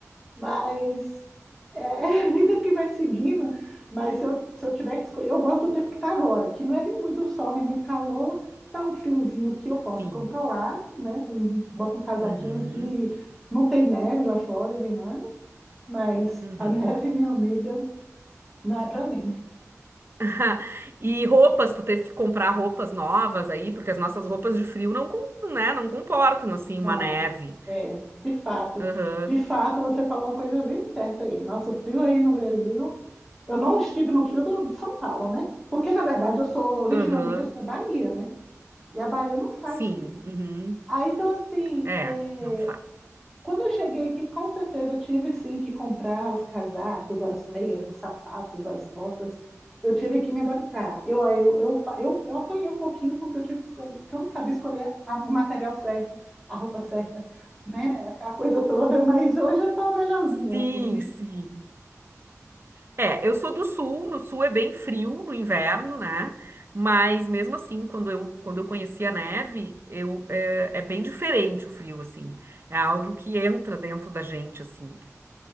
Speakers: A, in the centre; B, on the right.
A: Mas é <laughs> a vida que vai seguindo. Mas se eu, se eu tiver que escolher, eu gosto do tempo que está agora, que não é nem muito sol, nem muito calor, tá um friozinho que eu posso
B: Sim.
A: controlar, né? Com, bota um casaquinho
B: Uhum.
A: aqui, não tem neve lá fora nem nada, mas
B: Uhum.
A: a neve, minha amiga, não é para mim.
B: <laughs> E roupas, tu teve que comprar roupas novas aí, porque as nossas roupas de frio não, com- né, não comportam assim
A: Não.
B: uma neve.
A: É, de fato.
B: Aham.
A: De fato, você falou uma coisa bem certa aí. Nosso frio aí no Brasil, eu não estive no frio do- de São Paulo, né? Porque, na verdade, eu sou originalmente
B: Aham.
A: assim, da Bahia, né? E a Bahia não faz
B: Sim.
A: frio.
B: Uhum.
A: Aí, então, assim,
B: É,
A: é,
B: não faz.
A: quando eu cheguei aqui, com certeza eu tive sim que comprar os casacos, as meias, os sapatos, as botas. Eu tive que me adaptar. Eu, eu, eu, eu, eu apanhei um pouquinho porque eu tive que escolher, que eu não sabia escolher a, o material certo, a roupa certa, né? Aquela coisa toda, mas hoje eu tô melhorzinha,
B: Sim,
A: assim.
B: sim. É, eu sou do sul, no sul é bem frio no inverno, né? Mas mesmo assim, quando eu, quando eu conheci a neve, eu, é, é bem diferente o frio, assim. É algo que entra dentro da gente, assim.